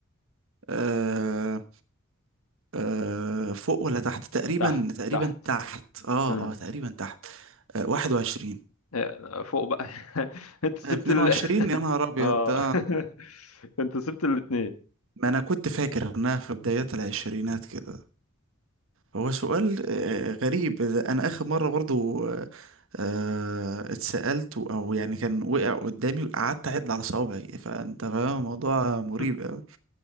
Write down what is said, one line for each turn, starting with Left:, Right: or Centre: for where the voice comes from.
Right: آه... آه... فوق ولا تحت تقريبا
Left: تحت
Right: تقريبا
Left: تحت
Right: تحت اه
Left: مم.
Right: اه تقريبا تحت آه، 21
Left: آه، فوق بقى <laughs> انت سبت
Right: 22
Left: ال <laughs>
Right: يا نهار أبيض
Left: اه
Right: ده
Left: <laughs> انت سبت الاتنين
Right: ما أنا كنت فاكر إنها في بدايات العشرينات كده هو سؤال آه، غريب أنا آخر مرة برضو آه، آه، اتسألت أو يعني كان وقع قدامي قعدت أعد على صوابعي فأنت فاهم الموضوع
Left: <laughs>
Right: مريب أوي